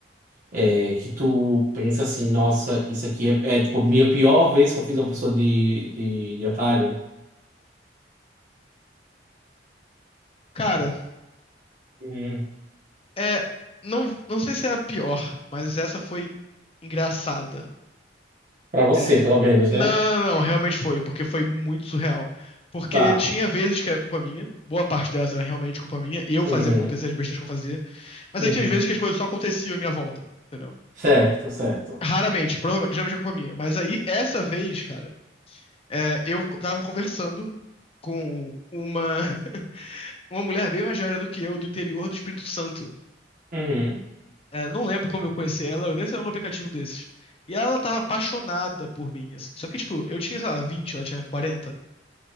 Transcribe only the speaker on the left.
Cara,
é. Não, não sei se é a pior, mas essa foi engraçada.
É,
não,
não, não, realmente foi, porque foi muito surreal. Porque
tinha vezes que era culpa minha, boa parte delas era realmente culpa minha, eu
fazia acontecer as besteiras que eu fazia, mas
aí tinha vezes que as coisas só aconteciam em minha volta, entendeu?
Raramente, provavelmente, geralmente é culpa minha. Mas aí, essa vez, cara, é, eu tava conversando com uma, <laughs> uma mulher bem mais velha do que eu, do interior do Espírito Santo.
É, não lembro como eu conheci ela, eu nem sei um aplicativo desses. E ela tava apaixonada por mim, assim. Só que, tipo, eu tinha, sei lá, 20 ela tinha 40.